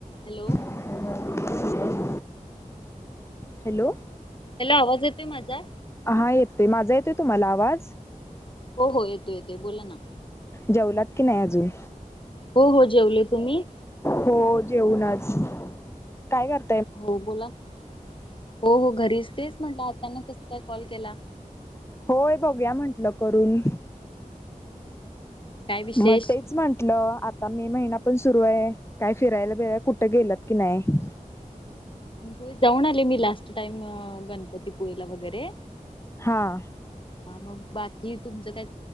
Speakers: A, on the left; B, on the left.
A: हॅलो
B: <unintelligible> <unintelligible> हॅलो
A: हॅलो आवांज येतोय माझां
B: हां येतोय माझां येतोय तुम्हांला आवांज
A: हो हो येतोय येतोय बोलां नां
B: जेवलांत कि नाहीं अजूंन
A: हो हो जेवले तुम्हीं
B: हो जेऊलाचं कायं गं
A: हो बोलां नां हो हो घरीच तेचं म्हटलं आतांना कसं कायं कॉल केलां
B: होय बघूंया म्हंटलं करूंन
A: काय विशेष?
B: मंग तेचं म्हटलं आंता मे महिना पणं सुरु आहे कायं फिरायला बिरायला कुठं गेलात की नाहीं
A: हो जाऊंन आले मी लास्टं टाईम गणपतीपुळेलां वगैरें
B: हां
A: हां मंग बाकी तुमचं कायं